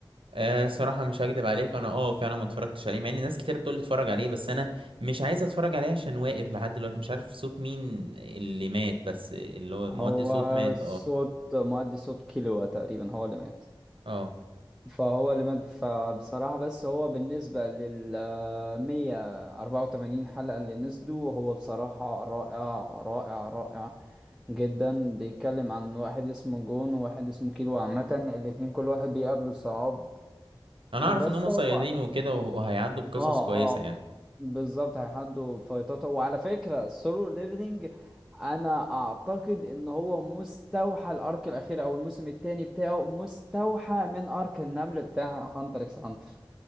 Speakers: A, on the right (about 75°); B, in the centre.
A: أه صراحة مش هكدب عليك انا اه فعلا ما اتفرجتش عليه مع ان ناس كتير بتقول لي اتفرج عليه بس انا مش عايز اتفرج عليه عشان واقف لحد دلوقتي مش عارف صوت مين اللي مات بس اللي هو
B: هو
A: مودي صوت مات
B: صوت
A: اه
B: مؤدي صوت كيلوا تقريبا هو اللي مات
A: اه
B: فهو اللي مات فبصراحة بس هو بالنسبة لل 184 حلقة اللي نزلوا هو بصراحة رائع رائع رائع جدا بيتكلم عن واحد اسمه جون وواحد اسمه كيلو عامة الاتنين كل واحد بيقابله صعاب
A: انا
B: وبس
A: اعرف ان هم
B: هو
A: صيادين وكده وهيعدوا بقصص
B: اه
A: كويسة
B: اه
A: يعني
B: بالظبط هيحدوا فايتات وعلى فكرة السولو ليفلينج انا اعتقد ان هو مستوحى الارك الاخير او الموسم الثاني بتاعه مستوحى من ارك النمل بتاع هانتر اكس هانتر